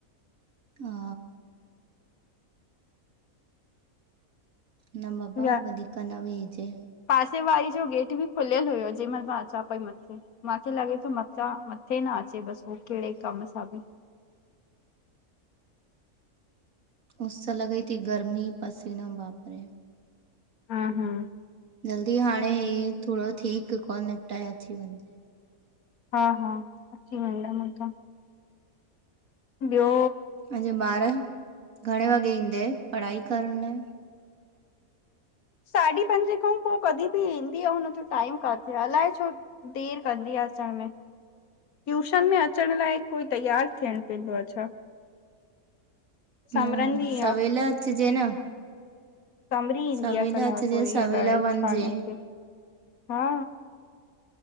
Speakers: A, on the right; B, on the left.
A: हा। न बाबा
B: या
A: वधीक न वेहजे।
B: पासे वारी जो गेट बि खुलियल हुयो जंहिंमल मां अचां पई मथे, मांखे लॻे तो मतां मथे न अचे बसि उह कहिड़े कम सां बि,
A: उस लॻई ती, गर्मी पसीनो बापरे,
B: हा- हा।
A: जल्दी हाणे ही थोड़ो ठीकु काॅल निपटाए अची वञिजें।
B: हा -हा, अची वेंदम हुतां। ॿियो?
A: अॼु ॿार घणे वॻे ईंद, पढ़ाई करण लाइ।
B: साढी पंजे खां पो कॾहिं बि ईंदी अऊं हुनजो टाइम काथे आ, अलाए छो? देरि कंदी आ अचण में। ट्यूशन में अचण लाइ कोई तैयारु थियन पयूं, अच्छा। समरंदी
A: न, सवेल
B: आहे
A: अचजे न।
B: संबरी ईंदी
A: सवेल
B: आ कलाक
A: अचिजे
B: वरी
A: सवेल
B: अलाए
A: वञिजे
B: छाखे हा।